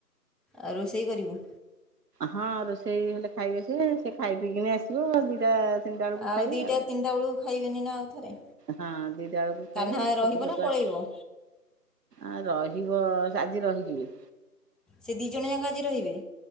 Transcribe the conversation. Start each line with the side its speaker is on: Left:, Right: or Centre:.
Centre: ଆଉ ରୋଷେଇ କରିବୁ।
Right: ହଁ ରୋଷେଇ ହେଲେ ଖାଇବେ ସେଏ ସେ ଖାଇ ପିଇକିନି ଆସିବେ ଦିଟା ତିନିଟା ବେଳକୁ
Centre: ଆଉ
Right: ଖାଇବେ
Centre: ଦିଟା ତିନିଟା ବେଳକୁ ଖାଇବେନି ନା ଆଉ ଥରେ।
Right: ହଁ ଦିଟା ଆଳକୁ
Centre: କାହ୍ନା
Right: ଖାଇବେ
Centre: ରହିବ ନା ପଳେଇବ
Right: ଆ ରହିବ ଆଜି ରହିଯିବେ।
Centre: ସେ ଦିଇ ଜଣ ଯାକ ଆଜି ରହିବେ।